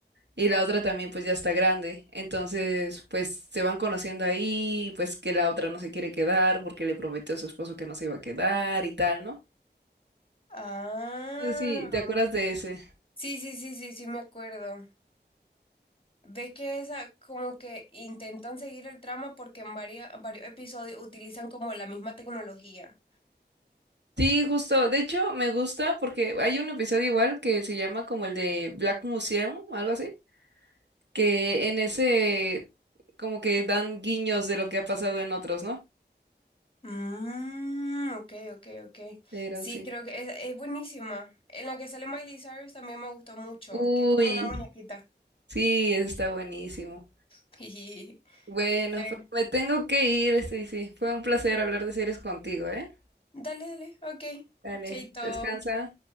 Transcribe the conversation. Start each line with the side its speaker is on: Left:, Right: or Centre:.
Right: Y la otra también pues ya está grande, entonces pues se van conociendo ahí, pues que la otra no se quiere quedar porque le prometió a su esposo que no se iba a quedar y tal, ¿no?
Left: Ah.
Right: No sé si te acuerdas de ese.
Left: Sí, sí, sí, sí, sí, me acuerdo. Ves que esa como que intentan seguir el trama porque en varios, varios episodios utilizan como la misma tecnología.
Right: Sí, justo. De hecho, me gusta porque hay un episodio igual que se llama como el de Black Museum, algo así, que en ese como que dan guiños de lo que ha pasado en otros, ¿no?
Left: Mm, ok, ok, ok.
Right: Pero
Left: Sí,
Right: sí.
Left: creo que es, es buenísima. En la que sale Miley Cyrus también me gustó mucho,
Right: Uy,
Left: que es como una muñequita.
Right: sí, eso está buenísimo.
Left: <laughs>
Right: Bueno,
Left: Fe.
Right: pues me tengo que ir, sí, sí. Fue un placer hablar de series contigo, ¿eh?
Left: Dale, dale, ok.
Right: Dale,
Left: Chaito.
Right: descansa.